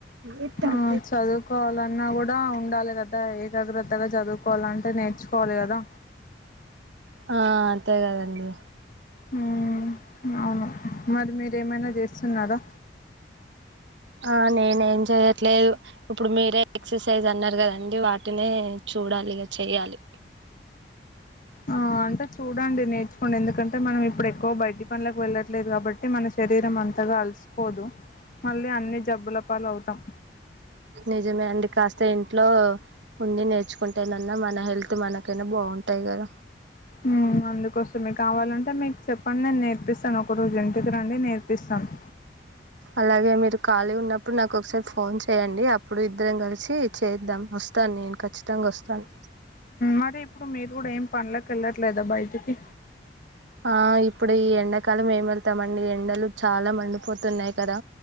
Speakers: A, on the right; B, on the left.
A: ఏత్తడు
B: ఆ చదువుకోవాలన్నా కూడా ఉండాలి గాదా ఆ ఏకాగ్రత్తగా చదువుకోవాలంటే నేర్చుకోవాలి కదా
A: ఆ అంతే కదండి
B: మ్మ్ అవును మరి మీరేమైనా చేస్తున్నారా
A: ఆ నేనేం చెయట్లేదు ఇప్పుడు మీరే ఎక్సర్సైజ్ అన్నారు కదండి వాటిని చూడాలి ఇక చెయ్యాలి
B: ఆ అంటే చూడండి నేర్చుకోండి ఎందుకంటే మనం ఇప్పుడు ఎక్కువ బయటి పనులకు వెళ్ళట్లేదు కాబట్టి మన శరీరం అంతగా అలసిపోదు మళ్ళీ అన్ని జబ్బుల పాలు అవుతాం
A: నిజమే అండి కాస్త ఇంట్లో ఉండి నేర్చుకుంటేనన్నా మన హెల్త్ మనకైనా బాగుంటాయి కదా
B: మ్మ్ అందుకోసమే కావాలంటే మీకు చెప్పండి నేను నేర్పిస్తాను ఒక రోజు ఇంటికి రండి నేర్పిస్తాను
A: అలాగే మీరు ఖాళీ ఉన్నప్పుడు నాకు ఒకసారి ఫోన్ చేయయండి అప్పుడు ఇద్దరం కలిసి చేద్దాం వస్తాను నేను ఖచ్చితంగా వస్తాను
B: మరి ఇప్పుడు మీరు కూడా ఏం పనలే ఏళ్లట్లేదా బయటకి
A: ఆ ఇప్పుడు ఈ ఎండాకాలం ఏం వెళ్తామండి ఎండలు చాలా మండిపోతున్నాయి కదా